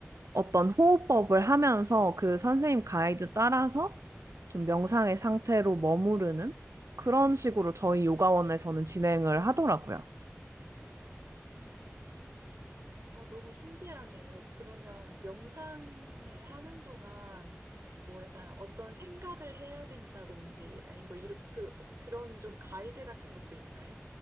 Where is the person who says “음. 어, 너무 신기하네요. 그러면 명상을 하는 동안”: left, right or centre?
Right